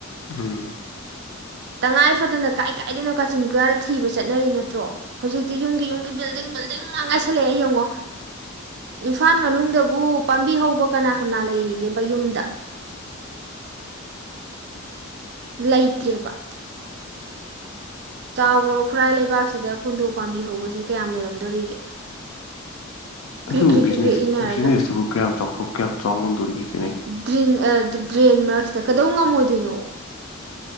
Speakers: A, on the left; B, on the right.
A: ꯎꯝ
B: ꯇꯉꯥꯏ ꯐꯗꯅ ꯀꯥꯏ ꯀꯥꯏꯗꯅꯣ ꯀꯥꯆꯤꯟ ꯀꯨꯌꯥꯗ ꯊꯤꯕ ꯆꯠꯅꯔꯤ ꯅꯠꯇ꯭ꯔꯣ ꯍꯧꯖꯤꯛꯇꯤ ꯌꯨꯝꯒꯤ ꯌꯨꯝꯒꯤ ꯕꯤꯜꯗꯤꯡ ꯕꯤꯜꯗꯤꯡ ꯉ ꯉꯥꯏꯁꯜꯂꯛꯑꯦ ꯌꯦꯡꯉꯣ ꯏꯝꯐꯥꯜ ꯃꯅꯨꯡꯗꯕꯨ ꯄꯥꯝꯕꯤ ꯍꯧꯕ ꯀꯅꯥ ꯀꯅꯥ ꯂꯩꯔꯤꯒꯦꯕ ꯌꯨꯝꯗ ꯂꯩꯇ꯭ꯔꯦꯕ ꯆꯥꯎꯈ꯭ꯔꯕ ꯈꯨꯔꯥꯏ ꯂꯩꯕꯥꯛꯁꯤꯗ ꯈꯨꯟꯗꯣ ꯄꯥꯝꯕꯤ ꯍꯧꯕꯁꯦ ꯀꯌꯥꯝ ꯂꯩꯔꯝꯗꯣꯔꯤꯒꯦ
A: ꯑꯗꯨꯕꯨ
B: ꯀ꯭ꯔꯤꯛ ꯀ꯭ꯔꯤꯛ
A: ꯕꯤꯖꯤꯅꯦꯁ
B: ꯀ꯭ꯔꯤꯛ ꯀ꯭ꯔꯤꯛ ꯏꯟꯅꯔꯒ
A: ꯕꯤꯖꯤꯅꯦꯁꯇꯨꯕꯨ ꯀꯌꯥꯝ ꯆꯥꯎꯊꯣꯛ ꯀꯌꯥꯝ ꯆꯥꯎꯉꯝꯦ ꯇꯧꯔꯤꯁꯤ
B: ꯗꯔꯤ ꯗ꯭ꯔꯦꯟ ꯃꯔꯛꯁꯤꯗ ꯀꯩꯗꯧ ꯉꯝꯃꯣꯏꯗꯣꯏꯅꯣ